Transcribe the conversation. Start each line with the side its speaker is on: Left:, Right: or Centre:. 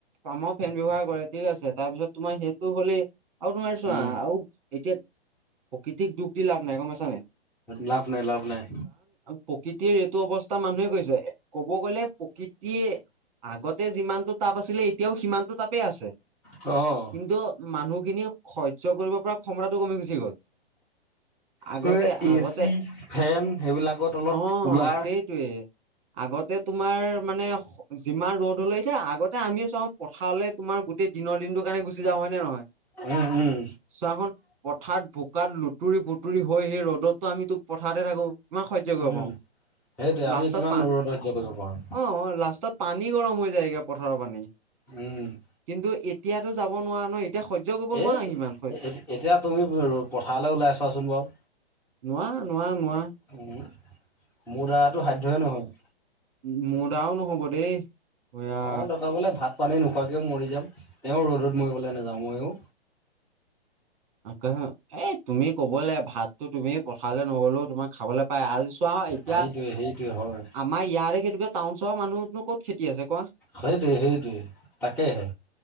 Right: কামৰ ফেন ব্যৱহাৰ কৰে, ঠিক আছে তাৰপিছত তোমাৰ সেইটো হ'লেই আৰু তোমাৰ চোৱা
Centre: উম
Right: আৰু এতিয়া প্ৰকৃতিক দুখ দি লাভ নাই গম পাইছানে?
Centre: লাভ নাই-লাভ নাই।
Right: প্ৰকৃতিৰ এইটো অৱস্থা মানুহে কৰিছে, ক'ব গ'লে প্ৰকৃতিয়ে আগতে যিমানটো তাপ আছিলে এতিয়াও সিমানটো তাপেই আছে।
Centre: অ',
Right: কিন্তু মানুহখিনিৰও সহ্য কৰিব পৰা ক্ষমতাটো কমি গুচি গ'ল। আগতে
Centre: ত‌য় এচি
Right: আগতে
Centre: ফেন সেইবিলাকত অলপ
Right: অ
Centre: কুলাৰ
Right: সেইটোৱে আগতে তোমাৰ মানে অস হ যিমান ৰ'দ হলে এতিয়া আগতে আমিও চাওঁ পথাৰলে তোমাৰ গোটেই দিনৰ দিনটো কাৰণে গুচি যাওঁ হয় নে নহয়?
Centre: উম উম
Right: চোৱাসোন পথাৰত বোকাত লুতুৰি-পুুতুৰি হৈ সেই ৰ'দতটো আমিতো পথাৰতে থাকো। কিমান সহ্য কৰিব
Centre: উম
Right: পাওঁ।
Centre: সেইটোৱে
Right: লাষ্টত
Centre: আমি কিমান
Right: পা
Centre: ৰ'দ সহ্য কৰিব পাৰো
Right: অ অ লাষ্টত পানী গৰম হৈ যায়গে পথাৰৰ পানী।
Centre: হুম উ উ।
Right: কিন্তু এতিয়াতো যাব নোৱাৰা ন? এতিয়া সহ্য কৰিব
Centre: হে
Right: নোৱাৰা
Centre: হেই
Right: সিমান স
Centre: এ এদি এতিয়া তুমিবোৰ অলপ পথাৰলৈ ওলাইছোৱাচোন বাৰু।
Right: নোৱাৰা, নোৱাৰা, নোৱাৰা,
Centre: উম উ, মোৰ দ্বাৰাটো সাধ্যয়ে নহয়।
Right: মো মোৰ দ্বাৰাও নহ'ব দেই। এয়া
Centre: অ দৰকাৰ পৰিলে ভাত পানী নোখোৱাকেও মৰি যাম তেওঁ ৰ'দত মৰিবলৈ নাযাওঁ মইয়ো।
Right: তাকেহে এ তুমি কবলৈ ভাতটো তুমি পথাৰে নগলেও তোমাক খাবলৈ পাই আলচোন চোৱা এতিয়া
Centre: সেইটোৱে
Right: আ
Centre: সেইটোৱে হয়
Right: আমাৰ ইয়াৰে খেইেতুকে টাউন-চহৰ মানুহনো ক'ত খেতি আছে কোৱা।
Centre: সেইটোৱে সেইটোৱে তাকেহে।